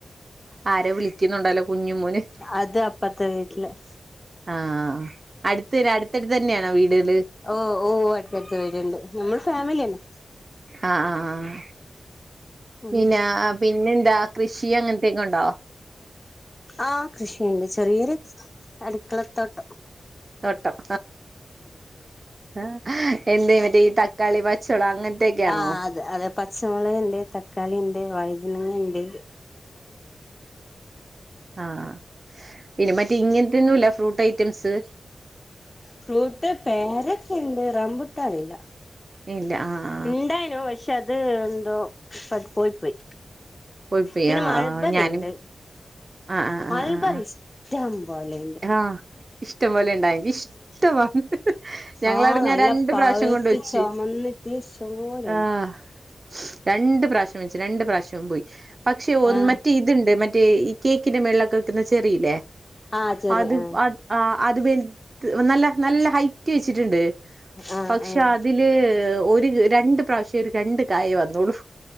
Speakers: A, on the right (about 40°); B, on the left (about 20°).
A: ആരെ വിളിക്കുന്നുണ്ടല്ലോ കുഞ്ഞും മോന്
B: അത് അപ്പറത്തെ വീട്ടില്
A: ആഹ് അടുത്ത അടുത്തടുത്തന്നെയാണോ വീടുകള്
B: ഓഹ് ഓഹ് ഓഹ് അടുത്തടുത്ത് വീട്ണ്ട് നമ്മള് ഫാമിലി അന്നെ
A: ആഹ് ആഹ്
B: ഉം
A: പിന്നെ പിന്നെന്താ കൃഷി അങ്ങനത്തെക്കെ ഒണ്ടോ
B: ആഹ് കൃഷിയ്ണ്ട് ചെറിയൊര് അടുക്കളത്തോട്ടം
A: ത്തോട്ടം ആഹ് എന്തേ മറ്റേ ഈ തക്കാളി പച്ചോളക് അങ്ങനത്തെക്കെയാണോ?
B: ആ അതെ അതെ പച്ചമോളകൊണ്ട് തക്കാളിയിണ്ട് വൈതനങ്ങയിണ്ട്
A: ആഹ് പിന്നെ മറ്റേ ഇങ്ങനത്തൊന്നുംല്ല ഫ്രൂട്ട റ്റംസ്
B: ഫ്രൂട്ട് പേരക്കണ്ട് റംമ്പുട്ടന്നില്ല
A: ഇല്ല ആ ആ
B: ഇണ്ടാനു പഷേ അത് എന്തോ പോയ് പോയി
A: പോയി പോയി
B: പിന്നെ
A: ആ
B: മൾബറിണ്ട്
A: ഞാനും ആ ആ
B: മൾബറി
A: ആ ആ ആ
B: ഇഷ്ടം പോലെയ്ണ്ട്
A: ആഹ് ഇഷ്ടം പോലെയ്ണ്ടായി ഇഷ്ടവാ ഞങ്ങളട്ന്ന്
B: ആ നല്ല
A: ഞാ രണ്ട്
B: പഴുത്ത്
A: പ്രാശ്യം കൊണ്ട് വെച്ച്
B: <unintelligible>
A: ആഹ് രണ്ട് പ്രാശ്യം വെച്ച് രണ്ട് പ്രാശ്യോം പോയി പക്ഷേ ഒ
B: ആ
A: മറ്റേ ഇതിണ്ട് മറ്റേ ഈ കേക്കിന്റെ മേളിലൊക്കെ വെക്ക്‌ന്നാ ചെറീല്ലേ
B: ആ ചെറിയ
A: അത്
B: ആ
A: അ ആഹ് അത് വെൽ ത് നല്ല നല്ല ഹൈറ്റ് വെച്ചിട്ടിണ്ട്
B: ആഹ്
A: പക്ഷെ
B: ആഹ്
A: അതില് ഒരു രണ്ട് പ്രാവശ്യം ഒരു രണ്ട് കായേ വന്നൊള്ളു